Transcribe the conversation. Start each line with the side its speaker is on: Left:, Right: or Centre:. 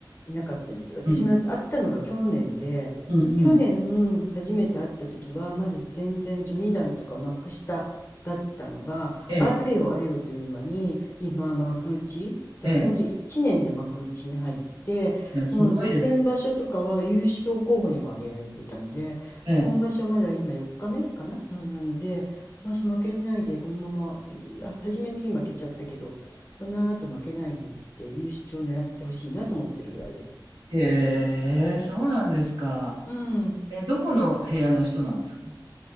Left: いなかったです。私も会ったのが去年で、
Right: うん、うん、
Left: 去年初めて会った時は、
Right: うん。
Left: まず全然序二段とか幕下だったのが、
Right: ええ、
Left: あれよあれよという間に、今幕内、だから本当1年で幕内に入って、
Right: ええ、ええすごいですね。
Left: もう先場所とかは優勝候補にも挙げられてたので、
Right: え
Left: 今場所まだ今4日目かな、うん、なので、もし負けないでこのままい初めの日負けちゃったけどこの後負けないでいって優勝を狙ってほしいなと思ってるぐらいです。
Right: え、へえそうなんですか。
Left: うん。
Right: え、どこの部屋の人なんですか